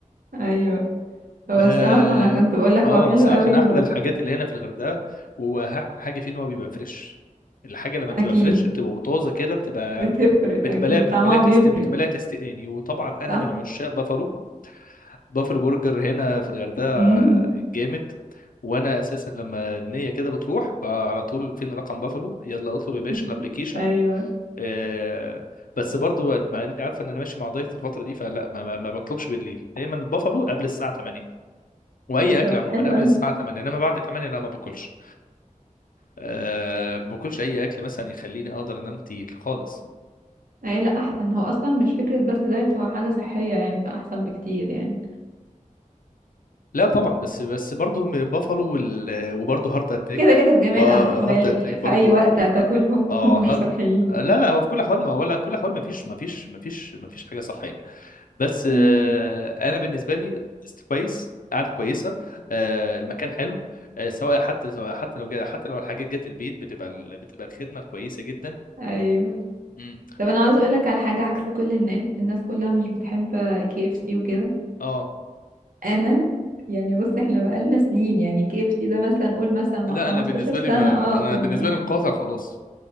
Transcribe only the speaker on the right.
ايوه هو
السمك ما انا كنت بقول لك
هو حلو
قوي
واكيد
بتفرق
اكيد
طعمها
بيفرق
صح
امم
<laughs>
ايوه
طب
حلو
قوي
ايه لا احسن هو اصلا مش فكرة بس دايت هو حاجة صحية يعني فاحسن بكتير يعني
كده كده في جميع
الاحوال
في اي وقت هتاكلهم
<laughs> هم
مش صحيين
مم.
ايوه
طب انا عاوز اقولك على حاجة عكس كل الناس الناس كلها مش بتحب كي اف سي وكده
انا يعني بص احنا بقالنا سنين يعني كي اف سي ده مثلا قول مثلا من
15
سنة
اه
كنا